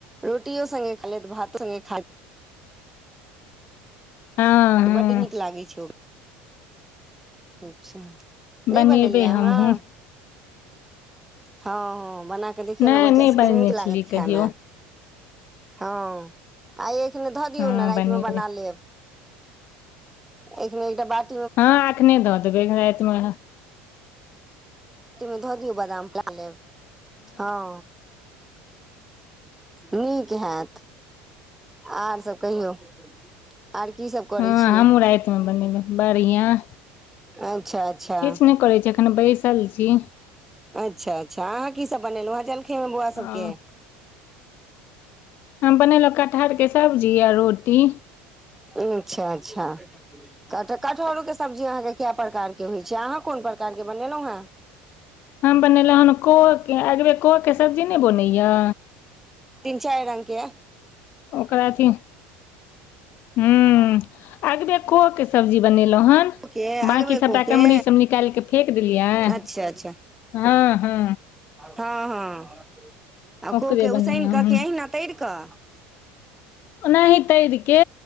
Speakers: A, in the centre; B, on the left.
A: रोटियो संगे खालेत भातो नी खालेत
B: हँ हँ
A: बड्ड नीक लागै छै ओ अचछा नै
B: बनेबै
A: बनेलिया
B: हमहूँ
A: आहाँ। हँ हँ बना कऽ देखियौ
B: नहि
A: न बच्चा
B: नहि
A: सबके
B: बनेने
A: नीक
B: छलियै
A: लागत खायइमे।
B: कहियो
A: हँ आय एखने धऽ दियौ
B: हँ
A: न रातिमे
B: बनेबै
A: बना लेब। एखने एकटा बत।
B: हँ एखने धऽ देबै रातिमे।
A: <unintelligible> मे धऽ दियौ बादाम खा लेब हँ। नीक हएत। आर सब कहियौ आर की सब करै
B: हँ
A: छी
B: हमहूँ राति मे बनेबै बढ़िआं।
A: अच्छा अच्छा
B: किछ नै करै छी एखन बैसल छी।
A: अच्छा अच्छा अहाँ की सब बनेलौ हँ जलखै मे बौआ सबके।
B: आ हम बनेलौ कटहर के सब्जी आ रोटी।
A: अच्छा अच्छा क कटहरोके सब्जी अहाँके के कए प्रकारके होइ छै अहाँ कोन प्रकारके बनेलौ हँ
B: हम बनेलौ हन को के अगबे को के सब्जी नै बनैया।
A: तीन चारि रंगके
B: ओकर अथी हूँ अगबे कोऽ के स सब्जी बनेलों हन
A: के
B: बाकी
A: अगबेको
B: सबटा
A: के
B: कमरी सब निकाल के फेक देलियै।
A: अच्छा अच्छा
B: हँ हँ
A: हँ हँ आ
B: ओकरे
A: को के उसैन
B: बनेलहुँ
A: कऽ कि
B: हन
A: अहिना तैर कऽ।
B: ओनाही तैर के